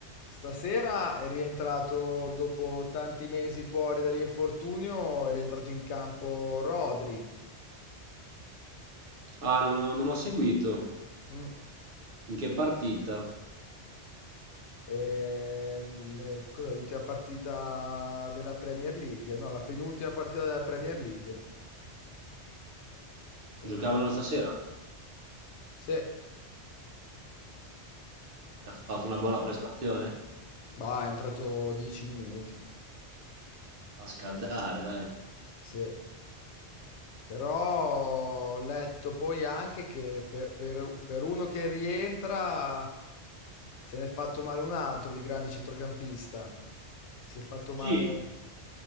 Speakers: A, on the left (about 75°); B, on the right (about 55°).
A: Stasera è rientrato dopo tanti mesi fuori dall'infortunio, è rientrato in campo Rodri.
B: Ah, non ho, non ho seguito.
A: Mm.
B: In che partita?
A: Ehm, ne- cos'è l'ultima partita della Premier League? No, la penultima partita della Premier League. Eh,
B: Giocavano stasera
A: se,
B: e ha
A: Sì.
B: fatto una buona prestazione?
A: Bah, è entrato 10 minuti.
B: A scaldare, dai.
A: Sì. Però ho letto poi anche che per, per- per uno che rientra se ne è fatto male un altro di grande centrocampista. Si è fatto male,
B: Sì.